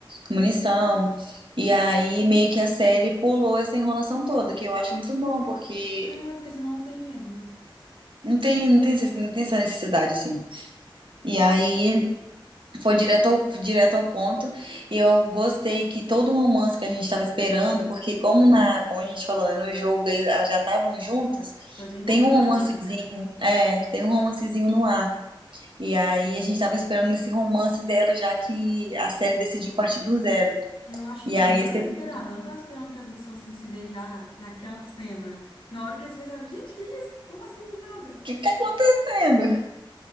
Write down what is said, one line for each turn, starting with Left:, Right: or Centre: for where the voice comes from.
Right: Munição. E aí meio que a série pulou essa enrolação toda, que eu acho muito bom, porque
Left: É, porque senão não tem enredo, né?
Right: não tem, não tem, esse- não tem essa necessidade, assim. E aí foi direto ao, direto ao ponto. E eu gostei que todo o romance que a gente estava esperando, porque como na, como a gente falou, né, no jogo eles- elas já estavam juntas,
Left: Foi bem mais
Right: tem um
Left: rápido,
Right: romancezinho,
Left: né?
Right: é, tem um romancezinho no ar. E aí a gente estava esperando esse romance dela, já que a série decidiu partir do zero.
Left: Eu acho que
Right: E
Left: foi
Right: aí
Left: muito
Right: você,
Left: inesperado.
Right: o
Left: Eu não estava esperando que as duas fossem se beijar naquela cena. Na hora que eles beijaram. gente, que isso? Como assim do nada?
Right: que que tá acontecendo?